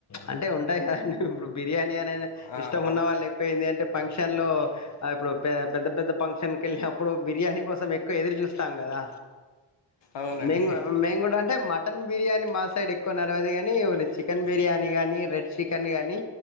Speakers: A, on the left; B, on the left.
A: అంటే ఉంటాయి కదండి ఇప్పుడు బిర్యానీ అ
B: ఆ,
A: ఇష్టం
B: ఆ,
A: ఉన్న వాళ్ళు ఎక్కువ ఏంది అంటే పంక్ ఫంక్షన్లో ఇప్పుడు పె పెద్ద పెద్ద ఫంక్షన్కి వెళ్ళినప్పుడు బిర్యానీ కోసం ఎక్కువ ఎదురు చూస్తాం కదా
B: అవునండి
A: మ మేము కూడా అంటే మటన్ బిర్యాని మా సైడ్ ఎక్కువ నడవది గని చికెన్ బిర్యానీ గానీ రెడ్ చికెన్ గానీ